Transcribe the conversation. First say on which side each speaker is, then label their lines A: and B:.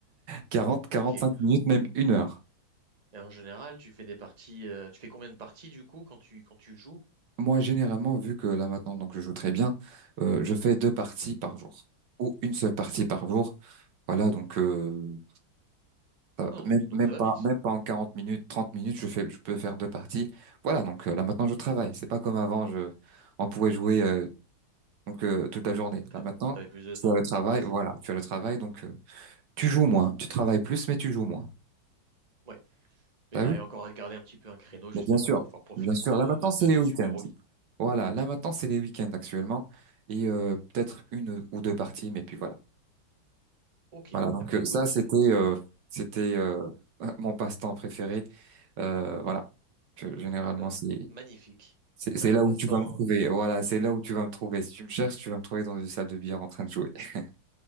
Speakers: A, on the right; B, on the right.
A: 40,
B: ok.
A: 45 minutes, même une heure.
B: Et en général, tu fais des parties. euh, tu fais combien de parties du coup quand tu, quand tu joues?
A: Moi, généralement, vu que là maintenant, donc je joue très bien, euh, je fais deux parties par jour ou une seule partie par jour. Voilà, donc euh, ça va.
B: Ah, donc,
A: même
B: donc
A: même
B: ça va
A: pas
B: vite.
A: même pas en 40 minutes, 30 minutes, je fais je peux faire deux parties. Voilà, donc euh, là maintenant je travaille. C'est pas comme avant, je on pouvait jouer euh, donc euh, toute la journée.
B: T'as-
A: Là maintenant,
B: T'avais plus de temps.
A: tu as le travail,
B: Bah, c'est-
A: voilà, tu as le travail, donc euh, tu joues moins, tu travailles plus, mais tu joues moins.
B: ouais. Mais
A: T'as
B: t'arrives
A: vu?
B: encore à te garder un petit peu un créneau justement
A: Mais bien sûr,
B: pour pouvoir profiter
A: bien sûr.
B: de ce,
A: Là maintenant,
B: de, de
A: c'est les
B: ce
A: week-ends.
B: super hobby.
A: Voilà, là maintenant c'est les week-ends actuellement et euh, peut-être une ou deux parties, mais puis voilà.
B: Ok,
A: Voilà, donc
B: ah bah
A: euh,
B: écoute,
A: ça c'était euh, c'était euh, <laughs> mon passe-temps préféré. Euh, voilà, Je- généralement
B: bah,
A: c'est
B: magnifique.
A: c'est
B: C'était
A: c'est
B: un
A: là
B: passe-temps,
A: où tu vas me trouver. Voilà, c'est là où tu vas me trouver. Si tu me cherches, tu vas me trouver dans une salle de billard en train de jouer. <laughs>